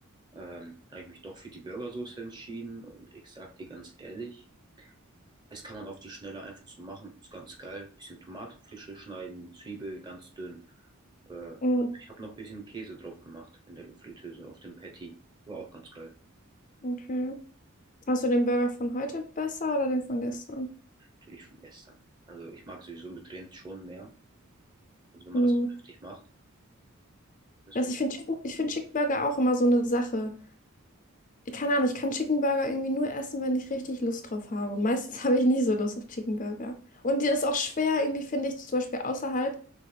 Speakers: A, on the right (about 20°); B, on the left (about 35°).
A: Ähm, da habe ich mich doch für die Burgersoße entschieden und ich sag dir ganz ehrlich, Das kann man auf die Schnelle einfach so machen. Ist ganz geil. Bisschen Tomate frische schneiden, Zwiebeln ganz dünn. Äh,
B: Mm,
A: ich habe noch ein bisschen Käse drauf gemacht in der Luftfritteuse auf dem Patty. War auch ganz geil.
B: Okay. Hast du den Burger von heute besser oder den von gestern?
A: Natürlich von gestern. Also ich mag sowieso mit Rind schon mehr. Also wenn
B: Hm.
A: man das vernünftig macht. Das
B: Also
A: find,
B: ich finde Chicken, ich finde Chicken Burger auch immer so eine Sache. Ich, keine Ahnung, ich kann Chicken Burger irgendwie nur essen, wenn ich richtig Lust drauf habe. Und meistens <laughs> habe ich nie so Lust auf Chicken Burger. Und die ist auch schwer, irgendwie finde ich, zum Beispiel außerhalb,